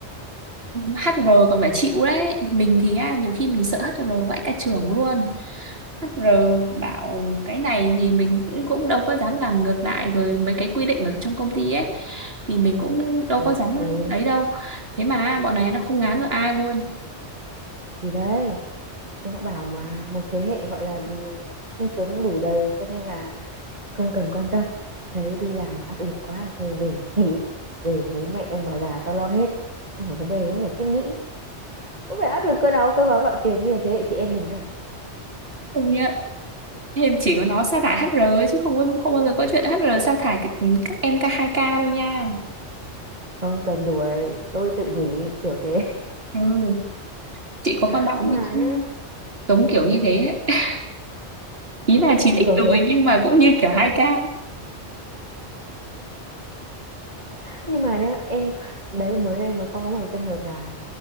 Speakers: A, on the right; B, on the right.
A: HR còn phải chịu đấy mình thì á, nhiều khi mình sợ HR vãi cả trưởng luôn HR bảo cái này thì mình cũng cũng đâu có dám làm ngược lại rồi mấy cái quy định ở trong công ty ấy thì mình cũng đâu
B: à
A: có dám
B: thì
A: đấy đâu thế mà bọn này nó không ngán được ai luôn
B: thì đấy em đã bảo mà một thế hệ gọi là ừ, sung sướng đủ đầy cho nên là không cần quan tâm thấy đi làm áp lực quá thôi về nghỉ về bố mẹ ông bà già tao lo hết không phải vấn đề không phải suy nghĩ không phải áp lực cơ áo cơ báo gạo tiền như thế hệ chị em mình đâu
A: công nhận em chỉ có nó sa thải HR ấy, chứ không không bao giờ có chuyện HR sa thải các các em k hai k đâu nha
B: không cần đuổi tôi tự nghỉ kiểu thế
A: Ừ, chị có con
B: <laughs>
A: bạn ấy
B: mà
A: cũng
B: nhá
A: giống kiểu như thế ấy. Ý là 9x
B: cũng giống
A: rồi
B: thế à
A: nhưng mà cũng như kiểu hai k ấy.
B: nhưng mà nhá em đấy mới đây mới có có một cái trường hợp là